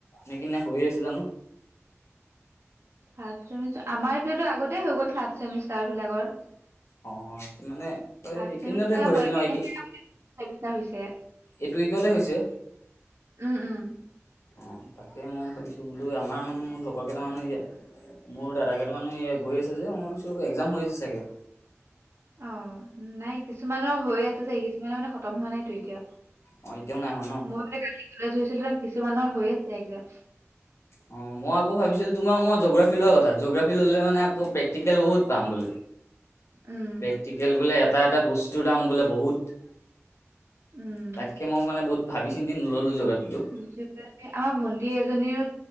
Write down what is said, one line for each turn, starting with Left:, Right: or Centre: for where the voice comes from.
Left: নে কি নে হৈয়ে আছে জানোঁ।
Right: থাৰ্ড চেমিষ্টাৰ আমাৰ এটোতো আগতে হৈ গ'ল থাৰ্ড চেমিষ্টাৰ বিলাকৰ
Left: অ মানে এই
Right: থাৰ্ড
Left: এইকেইদিনতে
Right: চেমিষ্টাৰ
Left: হৈ আছিল
Right: কেনেহে
Left: ন কি
Right: চেমিষ্টাৰ হৈছে
Left: এইটো উইকতে হৈছে
Right: উম উম
Left: অ তাকে মই ভাবিছোঁ বোলোঁ আমাৰ মানে মোৰ লগৰ কেইটা মানৰ ইয়া মোৰ দাদা কেইটা মান গৈ আছে যে মই ভাবিছোঁ একজাম হৈ আছে চাগে
Right: অ নাই কিছুমানৰ হৈ আছে চাগে কিছুমানৰ মানে খতম হোৱা নাইতো এতিয়া
Left: অ এতিয়াও নাই হোৱা ন
Right: মই মানে কালি কলেজ গৈছিলোঁ যে কিছুমানৰ হৈ আছে একজাম
Left: অ মই আকৌ ভাবিছিলোঁ তোমাৰ মই জোগ্ৰাফি লোৱা কথা জোগ্ৰাফি ল'লে মানে আকৌ প্ৰেক্টিকেল বহুত পাম ব
Right: উম
Left: প্ৰেক্টিকেল বোলে এটা এটা বস্তুৰ দাম বোলে বহুত
Right: উম
Left: তাকে মই মানে বহুত ভাবি চিন্তি নললো জিঅগ্ৰাফীটো
Right: জিঅ'গ্ৰাফী আমাৰ ভন্টি এজনীৰো